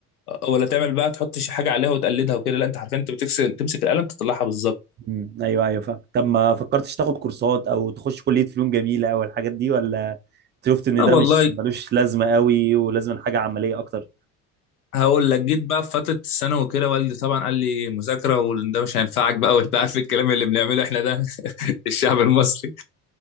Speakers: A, on the left; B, on the right.
A: ولا تعمل بقى تحط شي حاجه عليها وتقلدها وكده لا انت عارفين انت بتكسل تمسك القلم تطلعها بالظبط
B: مم. ايوه ايوه فاهم طب ما فكرتش تاخد كورسات او تخش كلية فنون جميلة او الحاجات دي ولا شفت ان
A: لا والله
B: ده مش ملوش لازمة قوي ولازم حاجة عملية اكتر
A: هقول لك جيت بقى في فتره الثانوي وكده والدي طبعا قال لي مذاكره وده مش هينفعك بقى وانت عارف الكلام اللي بنعمله احنا ده <laughs> الشعب المصري